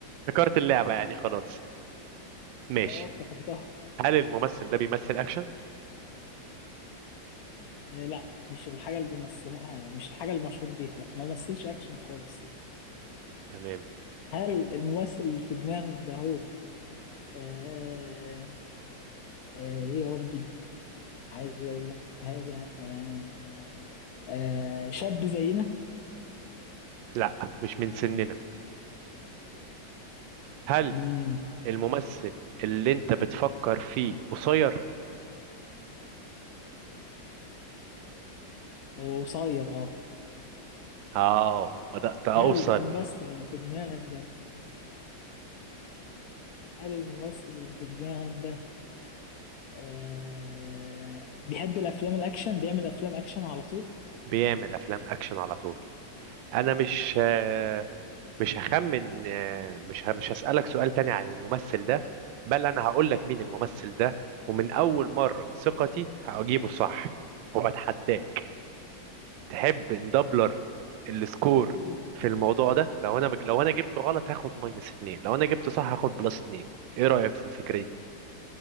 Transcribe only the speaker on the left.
اه افتكرتها
إيه لا مش الحاجة اللي بيمثلها مش الحاجة المشهور بيها لا ما مثلش اكشن خالص يعني
هل الممثل اللي في دماغك ده هو آه آه آه، ايه يا ربي عايز اقول لك حاجه آه آه شاب زينا
امم
وقصير اه
هل
الممثل اللي في دماغك ده هل الممثل اللي في دماغك ده آه بيحب الافلام الاكشن بيعمل افلام اكشن على طول
طب إيه؟